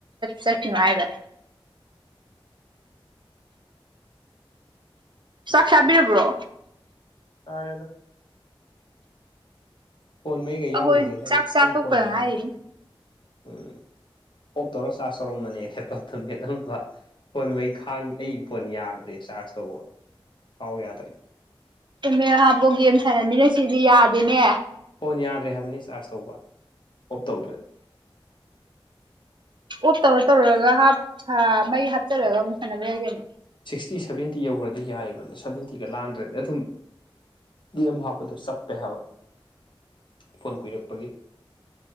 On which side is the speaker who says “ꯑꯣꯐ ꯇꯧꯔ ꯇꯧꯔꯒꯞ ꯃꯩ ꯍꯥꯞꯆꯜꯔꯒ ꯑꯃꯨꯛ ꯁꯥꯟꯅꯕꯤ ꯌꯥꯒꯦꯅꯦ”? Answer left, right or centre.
Right